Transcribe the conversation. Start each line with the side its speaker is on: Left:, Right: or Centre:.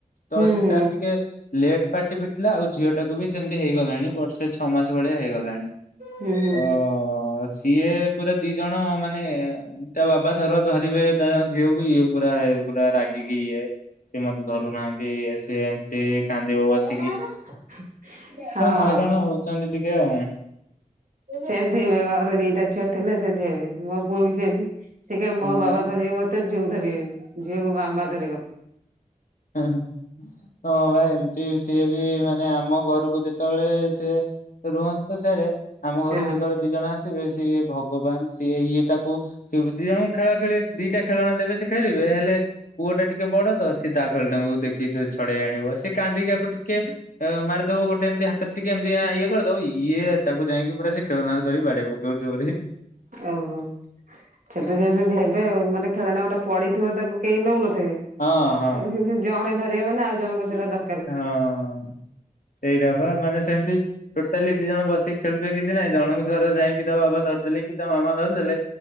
Left: ତ
Right: ହୁଁ
Left: ସି
Right: ହୁଁ।
Left: ତାର ଟିକେ ଲେଟ୍ ପାଟି ଫିଟିଲା ଆଉ ଜ୍ ଝିଅଟାକୁ ବି ସେମତି ହେଇଗଲାଣି ବର୍ଷେ ଛଅ ମାସେ ଭଳିଆ ହେଇଗଲାଣି
Right: ହୁଁ ହୁଁ
Left: ତ ସିଏ ପୁରା ଦି ଜଣ ମାନେ ତା ବାବା ଧର ଧରିବେ ତାଙ୍ଗ୍ ଝିଅକୁ ଇଏ ପୁରା ଏ ପୁରା ରାଗିିକି ଇଏ। ସିଏ ମତେ ଧରୁନାହାନ୍ତି ଇଏ ସିଏ ଏମତି କାନ୍ଦିବ ବସ୍
Right: ହଁ।
Left: ହଇରାଣ ହଉଛନ୍ତି ଟିକେ ଆଉ।
Right: ସେନ୍ତି ହେବେ ଘରେ ଦିଟା ଛୁଆ ଥିଲେ ସେନ୍ତି ହେବେ ମୋ ପୁଅ ବି ସେନ୍ତି। ସେ କହିବ
Left: ହଁ
Right: ମୋ ବାବା ଧରିବେ ମତେ ଝିଅକୁ ଧରିବେନି ଝିଅକୁ ମାମା ଧରିବ।
Left: ହେଁ ହେଁ ହଁ ବା ଏମତି ସିଏ ବି ମାନେ ଆମ ଘରୁକୁ ଯେତେବେଳେ ସିଏ ରୁହନ୍ତି ତ ସାଡେ ଆମ ଘରୁକୁ
Right: ହଁ ହଁ।
Left: ଯେତେବେଳେ ଦି ଜଣ ଆସ୍ ଥିବେ ସିଏ ଭଗବାନ୍ ସିଏ ଇଏ ତାକୁ ଥିବେ ଦି ଜଣଙ୍କୁ ଖେଳା ଖେଳି ଦିଟା ଖେଳଣା ଦେବେ ସେ ଖେଳିବେ ହେଲେ ପୁଅଟା ଟିକେ ବଡ ତ ସି ଏ ତା ଖେଳଟାଙ୍କୁ ଦେଖିକି ଟିକେ ଛଡେଇ ଆଣିବ ସେ କାନ୍ଦିକି ଆକୁ ଟିକେ ଅଁ ମାରିଦବ ଗୋଟେ ଏମତି ହା ତ ଟିକେ ଏମତି ଇଏ କରିଦବ ଇଏ ତାକୁ ଯାଇକି ପୁରା ସେ ଖେଳନାରେ ଧରିକି ବାଡେଇ ପକେଇବ ଜୋରେ।
Right: ଓହୋ। ଛୋଟ ଛୁଆ ସେନ୍ତି ହେବେ ଆଉ ମାନେ ଖେଳନା ଗୋଟା ପଡିଥିବ ତାକୁ କେଇ ନଉନଥେବେ
Left: ହଁ ହଁ
Right: ଉଁ ଯୋଉଠି ଜଣେ ଧରିବ ମାନେ ଆଉ ଜଣଙ୍କର ସେଇଟା ଦ
Left: ହଁ। ସେଇଟା ପା ମାନେ ସେମତି ଟୋଟାଲି ଦି ଜଣ ବସିକି ଖେଳୁଥିବେ କିଛି ନାଇଁ ଜଣଙ୍କୁ ଧର ଯାଇକିଁ ତା ବାବା ଧରିଦେଲେ କି ତା ମାମା ଧରିଦେଲେ